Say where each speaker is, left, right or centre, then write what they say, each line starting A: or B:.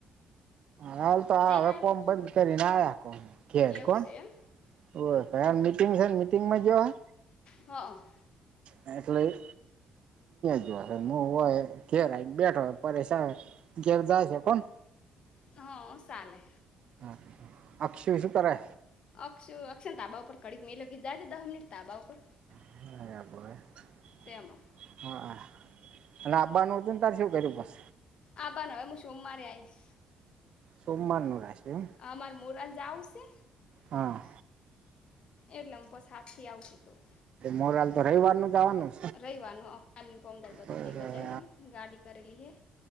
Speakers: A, on the right; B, on the left.
A: હાલ તો
B: જઈ
A: આ હવે
B: નાયક
A: કોમ બંધ કરીને આવ્યા કોને કેલ
B: એવું
A: કોણ
B: છે એમ
A: ઓ ખાર મીટિંગ છે, મીટિંગમાં જો આ
B: હ.
A: એટલે જશે મુ હોય ઘેરે બેઠો હોય પરેશા ધેર જાય છે પણ
B: હ સાલે
A: હા અક્ષવી શું કરે?
B: અક્ષુ અક્ષર તાબા ઉપર કડીક મે લ કીધાજે દહ મિનીટ તાબા ઉપર
A: <inaudible>
B: તેમાં
A: હા અને આબાનું હતું ને તારે શું કર્યું બસ
B: આભાન હવે મુ સોમવારે આયીસ
A: સોમવાારનું રાશે
B: અમાર મોરા જાઉ છે.
A: હા.
B: એટલે હું બસ હાથી આવુ કીધું
A: મોરાલ તો રવીવાર નું જાવાનું
B: રહી વારનું <unintelligible>
A: બરાબર
B: ગાડી કરેલી હે